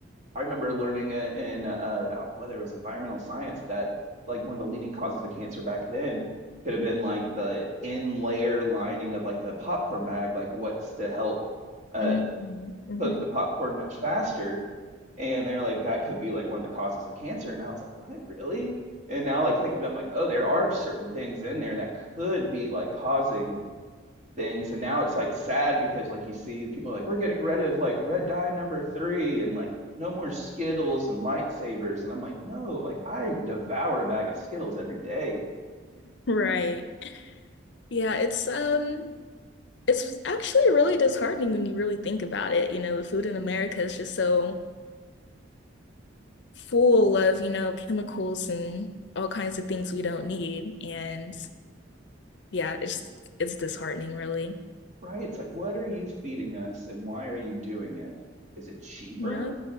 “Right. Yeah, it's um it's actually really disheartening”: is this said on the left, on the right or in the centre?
Left